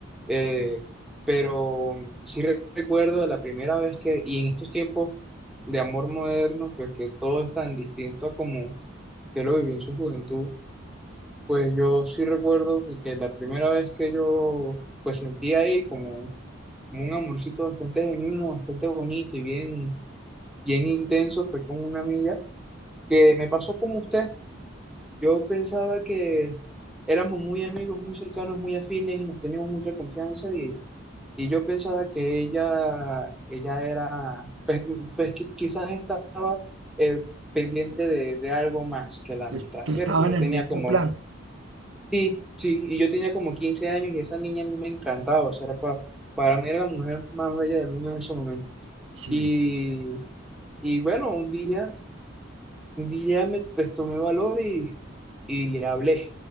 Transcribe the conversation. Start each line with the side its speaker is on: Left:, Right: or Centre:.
Centre: Eh, pero sí re- recuerdo la primera vez que, y en estos tiempos de amor moderno, pues que todo es tan distinto a como yo lo viví en su juventud, pues yo sí recuerdo pues, que la primera vez que yo pues sentí ahí como, como un amorcito bastante genuino, bastante bonito y bien, bien intenso, fue con una amiga que me pasó como usted. Yo pensaba que éramos muy amigos, muy cercanos, muy afines y nos teníamos mucha confianza Y yo pensaba que ella, ella era, pues, pues qui- quizás estaba eh, pendiente de, de algo más que la amistad,
Right: Es Que
Centre: ¿cierto?
Right: estaba
Centre: Yo
Right: en el
Centre: tenía
Right: mismo
Centre: como,
Right: plan.
Centre: sí, sí, y yo tenía como 15 años y esa niña a mí me encantaba, o sea, era pa- para mí era la mujer más bella del mundo en ese momento.
Right: Sí.
Centre: Y, y bueno, un día, un día me, pues, tomé valor y, y le hablé.